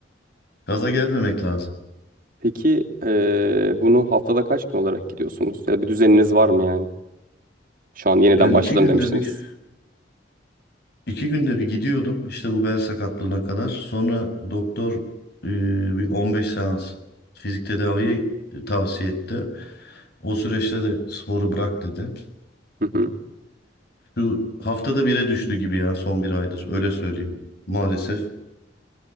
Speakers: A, on the left; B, on the right.
A: Gaza gelmemek lazım.
B: Peki eee, bunu haftada kaç gün olarak gidiyorsunuz? Ya bir düzeniniz var mı yani? Şu an yeniden
A: Ben
B: başladım
A: iki günde
B: demiştiniz.
A: bir İki günde bir gidiyordum işte bu bel sakatlığına kadar. Sonra doktor e, bir 15 seans fizik tedaviye e, tavsiye etti. O süreçte de sporu bırak dedi.
B: Hı hı.
A: Şu haftada bire düştü gibi ya son bir aydır öyle söyleyeyim maalesef.